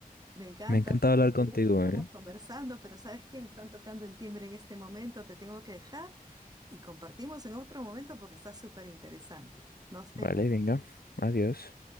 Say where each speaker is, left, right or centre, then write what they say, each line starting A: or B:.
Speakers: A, on the right; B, on the left.
A: Me encanta.
B: me ha encantado
A: las
B: hablar
A: historias
B: contigo,
A: que estamos
B: ¿eh?
A: conversando, pero ¿sabes qué? Me están tocando el timbre en este momento, te tengo que dejar y compartimos en otro momento porque está súper interesante. Nos vemos.
B: Vale, venga, adiós.